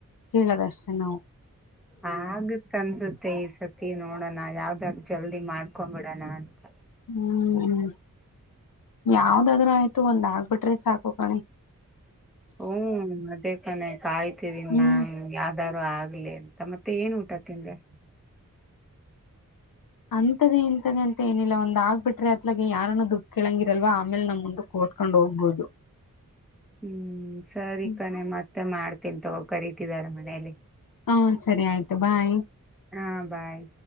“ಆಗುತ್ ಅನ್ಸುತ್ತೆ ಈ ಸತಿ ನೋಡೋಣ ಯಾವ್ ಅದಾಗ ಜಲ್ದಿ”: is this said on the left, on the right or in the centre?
Centre